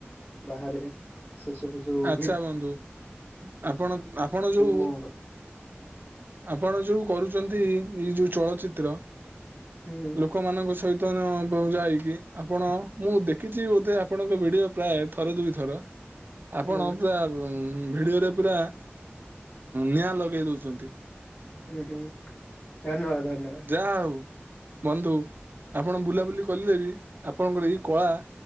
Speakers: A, on the left (about 40°); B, on the right (about 50°).
A: ବାହାରେ ସେ ସବୁ
B: ଆଚ୍ଛା
A: ଯୋଉ ଭିଡି
B: ବନ୍ଧୁ ଆପଣ ଆପଣ ଯୋଉ
A: ମୁଁ
B: ଆପଣ ଯୋଉ କରୁଛନ୍ତି ଏଇ ଯୋଉ ଚଳଚିତ୍ର
A: ହୁଁ।
B: ଲୋକମାନଙ୍କ ସହିତ ଯାଇକି ଆପଣ ମୁଁ ଦେଖିଛି ବୋଧେ ଆପଣଙ୍କ ଭିଡିଓ ପ୍ରାୟ ଥର ଦୁଇଥର। ଆପଣ
A: ହୁଁ
B: ପୁରା ଭିଡିଓରେ ପୁରା ନିଆଁ ଲଗେଇ ଦଉଛନ୍ତି।
A: ହୁଁ ହୁଁ ଧନ୍ୟବାଦ। ଧନ୍ୟବାଦ।
B: ଯାହା ହଉ। ବନ୍ଧୁ ଆପଣ ବୁଲାବୁଲି କଲେ ବି ଆପଣଙ୍କର ଏଇ କଳା